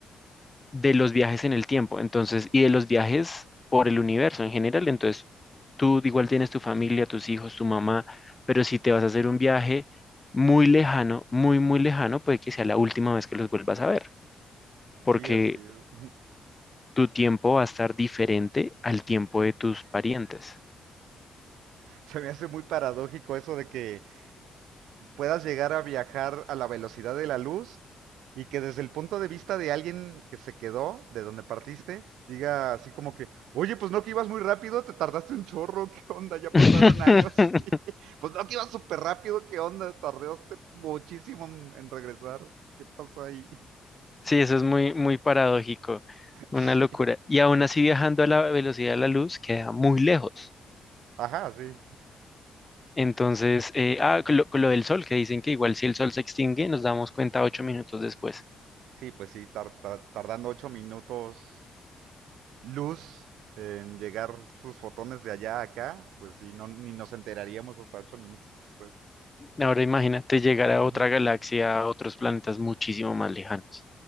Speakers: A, on the left; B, on the right.
A: de los viajes en el tiempo, entonces, y de los viajes por el universo en general, entonces, tú igual tienes tu familia, tus hijos, tu mamá, pero si te vas a hacer un viaje muy lejano, muy, muy lejano, puede que sea la última vez que los vuelvas a ver, porque
B: Sí, así es. <laughs>
A: tu tiempo va a estar diferente al tiempo de tus parientes.
B: Se me hace muy paradójico eso de que puedas llegar a viajar a la velocidad de la luz y que desde el punto de vista de alguien que se quedó, de donde partiste, diga así como que, oye, pues no que ibas muy rápido, te tardaste un chorro, ¿qué onda? Ya pasaron
A: <laughs>
B: años. <laughs> pues no que ibas súper rápido, ¿qué onda? Tardaste muchísimo en regresar. ¿Qué pasó ahí? <laughs>
A: Sí, eso es muy, muy paradójico, una
B: Sí.
A: locura. Y aún así viajando a la velocidad de la luz queda muy lejos.
B: Ajá, sí.
A: Entonces, eh, ah, con lo, con lo del sol, que dicen que igual si el sol se extingue, nos damos cuenta ocho minutos después.
B: Sí, pues sí, tar- tar- tardando ocho minutos luz en llegar sus fotones de allá a acá, pues sí, no, ni nos enteraríamos hasta ocho minutos después.
A: Ahora imagínate llegar a
B: Ujú.
A: otra galaxia, a otros planetas muchísimo más lejanos.